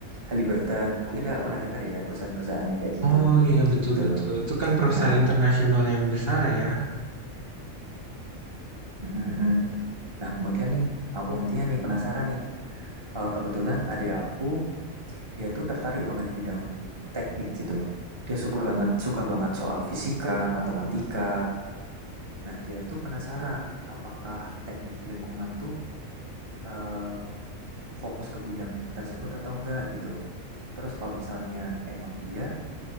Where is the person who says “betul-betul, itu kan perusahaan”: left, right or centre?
Right